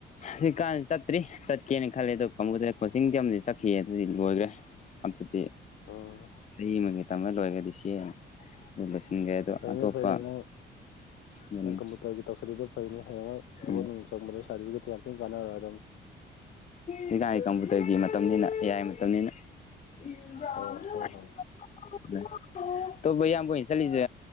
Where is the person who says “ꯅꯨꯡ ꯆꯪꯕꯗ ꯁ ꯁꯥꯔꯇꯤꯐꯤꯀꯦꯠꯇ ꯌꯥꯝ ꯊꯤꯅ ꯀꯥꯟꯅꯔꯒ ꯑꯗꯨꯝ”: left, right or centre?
Left